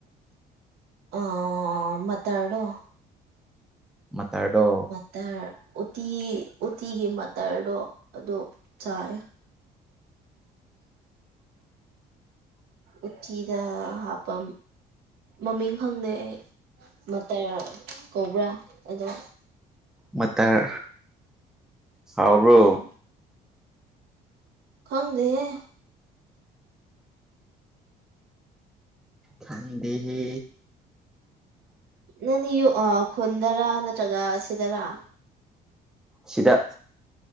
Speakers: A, on the right; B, in the centre.
A: ꯑ ꯃꯇꯥꯔꯗꫭ
B: ꯃꯇꯥꯔꯗꯣ
A: ꯇꯥꯔ ꯎꯇꯤ ꯎꯇꯤꯒꯤ ꯃꯇꯥꯔꯗꯣ ꯑꯗꯨ ꯆꯥꯏꯌꯦ ꯎꯇꯤꯗ ꯍꯥꯞꯄ ꯃꯃꯤꯡ ꯈꯪꯗꯦ ꯑꯩ ꯃꯇꯥꯔ ꯀꯧꯕ꯭ꯔꯥ ꯑꯗꯣ
B: ꯃꯇꯥꯔ ꯍꯥꯎꯕ꯭ꯔꯣ
A: ꯎꯝ ꯈꯪꯗꯦꯍꯦ
B: ꯈꯪꯗꯦꯍꯦ
A: ꯅꯪꯗꯤ ꯌꯨꯑꯥ ꯈꯨꯟꯗ꯭ꯔꯥ ꯅꯠꯇ꯭ꯔꯒ ꯁꯤꯗ꯭ꯔꯥ
B: ꯁꯤꯗ